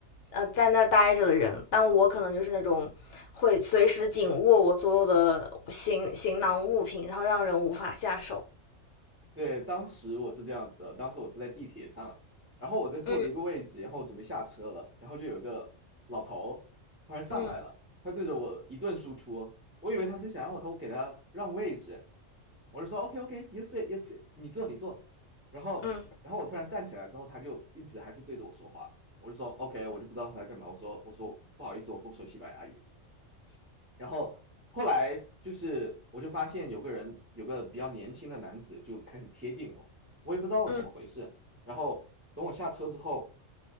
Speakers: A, on the left; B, on the right.
A: 呃，在那待着的人，但我可能就是那种会随时紧握我所有的行行囊物品，然后让人无法下手。
B: 对，当时我是这样子的，当时我是在地铁上，然后我在坐的一个位置，
A: 嗯
B: 然后我准备下车了，然后就有一个老头突然上来了，
A: 嗯
B: 他对着我一顿输出，我以为他是想让我头给他让位置，我就说 OK OK，you sit，you sit，你坐你坐，然后然后我突然站起来之后，
A: 嗯
B: 他就一直还是对着我说话，我就说 OK，我就不知道他在干嘛，我说我说不好意思，我不说西班牙语。然后后来就是我就发现有个人，有个比较年轻的男子就开始贴近我，我也不知道怎么回事。
A: 嗯
B: 然后等我下车之后，